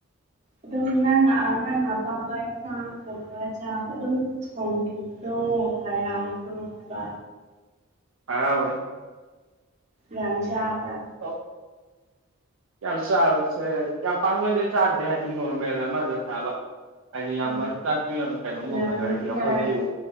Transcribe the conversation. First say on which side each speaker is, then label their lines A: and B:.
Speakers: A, on the right; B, on the right.
A: ꯑꯗꯨꯝ ꯅꯪ ꯅꯪꯅ ꯑꯄꯥꯝꯕ ꯏꯟꯁꯥꯡꯒꯨꯝꯕ ꯆꯥꯛ ꯑꯗꯨꯝ ꯊꯣꯡꯈꯤꯕꯗꯣ ꯍꯔꯥꯎꯗ꯭ꯔꯣ ꯍꯥꯏꯕ
B: ꯍꯔꯥꯎꯋꯤ
A: ꯌꯥꯝ ꯆꯥꯕ꯭ꯔ
B: ꯑꯧ <unintelligible> ꯌꯥꯝ ꯆꯥꯕꯁꯦ ꯌꯥꯝ ꯄꯥꯛꯅꯗꯤ ꯆꯥꯗꯦ ꯍꯥꯏꯗꯤ ꯅꯣꯔꯃꯦꯜ ꯑꯃꯗ ꯆꯥꯕ ꯍꯥꯏꯗꯤ ꯌꯥꯝꯅ
A: ꯎꯝ
B: ꯆꯥꯛꯄ ꯀꯩꯅꯣꯒꯨꯝꯕꯗꯣ
A: ꯅꯔ
B: ꯍꯥꯏꯗꯤ ꯑꯩꯈꯣꯏꯗꯤ
A: ꯅꯔ